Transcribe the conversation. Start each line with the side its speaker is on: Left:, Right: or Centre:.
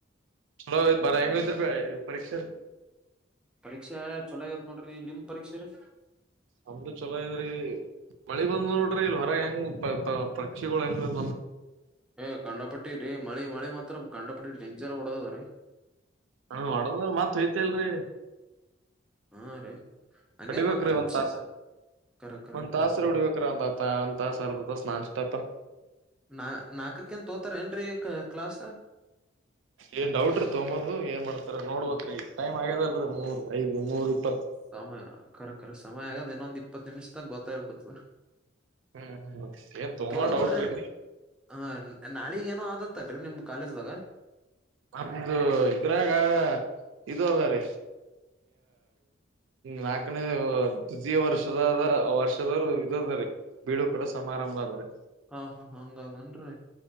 Right: ಚಲೋ ಬರ ಹೆಂಗ ಇ ಪರೀಕ್ಷೆ
Centre: ಪರೀಕ್ಷೆ ಚೊಲಾಗ್ಯದ್ ನೋಡ್ರಿ ನಿಮ್ ಪರೀಕ್ಷೆ ರ
Right: ನಮ್ದು ಚಲೋ ಇದ್ರಿ ಮಳಿ ಬಂದ ನೋಡ್ರಿ ಇಲ್ಲಿ ಹೊರ ಹೆಂಗ್ ಪಕ್ಷಿಗಳು ಹೆಂಗ
Centre: ಏ ಕಂಡಪಟ್ಟಿ ರೀ ಮಳಿ ಮಳಿ ಮಾತ್ರ ಕಂಡಪಟ್ಟಿ ಡೇಂಜರ್ ಹೊಡದದ ರೀ
Right: ಹಾ ಹೊಡದ್ರ ಮತ್ ಹಯ್ತ ಅಲ್ರರಿ
Centre: ಹಾ ರೀ ಹಂಗೆ
Right: ಕಡಿಬೇಕ್ರೀ
Centre: ಮತ್ತ
Right: ಒಂತತಾಸು
Centre: ಸರ್ ಕರೆ ಕರೆ
Right: ಒಂದ್ ತಾಸ್ರ ಉಡಿಬೇಕ್ರ ಒಂದಪ್ಪ ಒಂದ್ ತಾಸ ಅರ್ದತ ಸ್ ನನ್ಷ್ಟಪ
Centre: ನಾ ನಾಲ್ಕಕ್ಕಂತ ತೋತಾರ ಏನ್ರೀ ಕ್ಲಾಸ್
Right: ಏನ್ ಡೌಟ್್ರೀ ತಗೋದು ಏನ್ ಮಾಡ್ತಾರ ನೋಡ್ಬ್ರೀ ಟೈಮ್ ಆಗ್ಯದಲ್ರರಿ ಮೂರ್ ಐದ್ ಮೂರ್ ಇಪ್ಪತ್ತು
Centre: ಸಮಯ ಖರಖರ ಸಮಯ ಆಗಾದ ಇನ್ನೊಂದ್ ಇಪ್ಪತ್ತು ನಿಮಿಷದಾಗ ಗೊತ್ತಾಗಬಿಡತ
Right: ಹ್ಮ್ ಏನ್ ತುಂಬಾ
Centre: ತೊಳಂದ್
Right: ಡೌಟ್
Centre: ಬಿಿಟ್ರಿ
Right: ರೀ
Centre: ಹ ನಾಳಿಗ್ ಏನೋ ಆದ ಇತ್ತಲ್ರಿ ನಿಮ್ ಕಾಲೇಜ್ದಾಗ <unintelligible>
Right: ನಮ್ದು ಇದ್ರಾಗ ಇದು ಅದ ರ ನಾಕನೇ ದ್ವಿತೀಯ ವರ್ಷದ ವರ್ಷದವರು ಇದ ಬ ಬಿಡು ಕೂಡ ಸಮಾರಂಭ ಅದ್ರೀ
Centre: ಹಾ ಹಾ ಹಂಗಾದನ್ರಿ